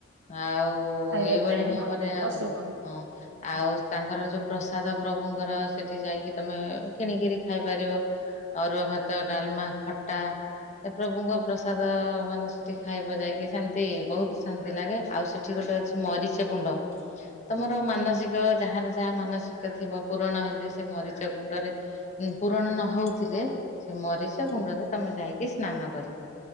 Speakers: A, on the left; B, on the right.
A: ଆଉ ଓ
B: ଖାଇବା
A: ଏଇଭଳି
B: ପାଇଁ
A: ଭାବରେ
B: ହଁ
A: ଆଉ,
B: ପଶୁ ଓହୋ
A: ହଁ। ଆଉ, ତାଙ୍କର ଯୋଉ ପ୍ରସାଦ ପ୍ରଭୁଙ୍କର ସେଠି ଯାଇକି, ତମେ କିଣିକିରି ଖାଇପାରିବ। ଅରୁଆ ଭାତ, ଡାଲମା, ଖଟା। ସେ ପ୍ରଭୁଙ୍କ ପ୍ରସାଦ-ଅ ମାନେ ସେଠି ଖାଇବ ଯାଇକି। ସେମତି ବହୁତ, ଶାନ୍ତି ଲାଗେ। ଆଉ ସେଠ୍ ଠି ଗୋଟେ ଅଛି, ମରିଚ କୁଣ୍ଡ। ତମର ମାନସିକ ଯାହାର ଯାହା ମାନସିକ ଥିବ ପୁରଣ ହେଲେ ସେ ମରିଚ କୁଣ୍ଡରେ ଉଁ ପୂରଣ ନ ହଉଥିଲେ ସେ ମରିଚ କୁଣ୍ଡରେ ତମେ ଯାଇକି ସ୍ନାନ କରିବ।